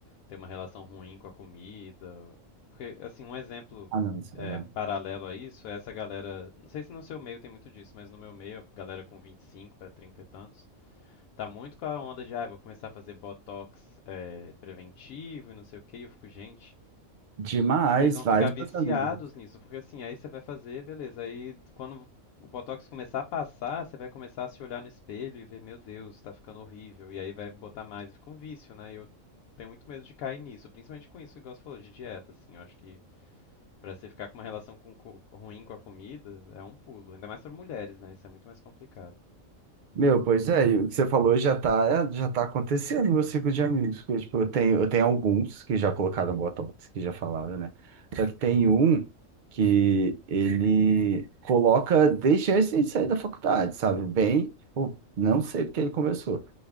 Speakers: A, on the left (about 85°); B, on the right (about 65°).
A: ter uma relação ruim com a comida. Porque, assim, um exemplo
B: Ah, não, isso
A: é,
B: é-
A: paralelo a isso é essa galera. Não sei se no seu meio tem muito disso, mas no meu meio, a galera com 25 para 30 e tantos. Tá muito com a onda de, ah, vou começar a fazer botox é, preventivo e não sei o que eu fico, gente,
B: demais,
A: vocês vão
B: vários
A: ficar viciados
B: meus amigos.
A: nisso, porque assim, aí você vai fazer, beleza. Aí quando o botox começar a passar, você vai começar a se olhar no espelho e ver, meu Deus, tá ficando horrível. E aí vai botar mais e fica um vício, né? E eu tenho muito medo de cair nisso, principalmente com isso, igual você falou, de dieta, assim. Eu acho que pra você ficar com uma relação com co- ruim com a comida, é um pulo. Ainda mais pra mulheres, né? Isso é muito mais complicado.
B: Meu, pois é, e o que você falou já tá, já tá acontecendo no meu ciclo de amigos. porque, tipo, eu tenho, eu tenho alguns que já colocaram Botox, que já falaram, né? Só que tem um que ele coloca desde antes de sair da faculdade, sabe? Bem, tipo, não sei porque ele começou,